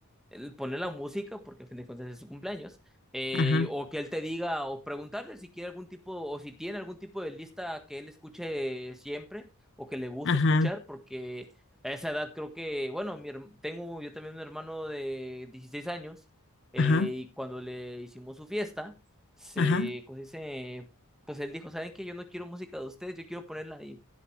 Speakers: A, in the centre; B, on the left (about 55°).
A: el poner la música, porque a fin de cuentas es su cumpleaños, eh,
B: Ajá,
A: o que él te diga, o preguntarle si quiere algún tipo, o si tiene algún tipo de lista que él escuche siempre, o que le guste
B: ajá,
A: escuchar, porque a esa edad creo que, bueno, mi, herm- tengo yo también un hermano de 16 años, eh,
B: ajá,
A: y cuando le hicimos su fiesta, se,
B: ajá.
A: pues dice, pues él dijo, ¿saben qué? Yo no quiero música de ustedes, yo quiero ponerla y